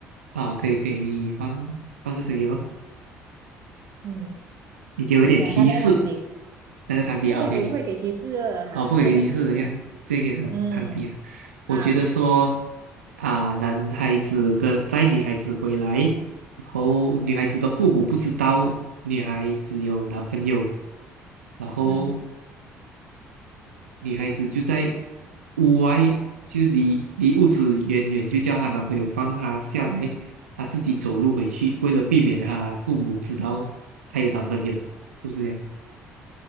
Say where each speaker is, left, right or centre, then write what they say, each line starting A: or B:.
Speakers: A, on the right; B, on the right.
A: 好，可以可以，你放放个水给我。
B: 嗯，
A: 你给我一点提示。
B: 你讲看那个汤底，
A: 那个汤底啊，OK
B: 不可以，
A: OK，
B: 不可以给提示了啊！
A: 啊，不可以给提示，
B: 你直接讲提示。
A: 这样这个汤汤底了。
B: 嗯
A: 我觉得说
B: 啊，
A: 啊，男孩子跟载女孩子回来，然后女孩子的父母不知道女孩子有男朋友，然后
B: 嗯
A: 女孩子就在屋外，就离离屋子远远，就叫她男朋友放她下来，她自己走路回去，为了避免她父母知道她有男朋友，是不是这样？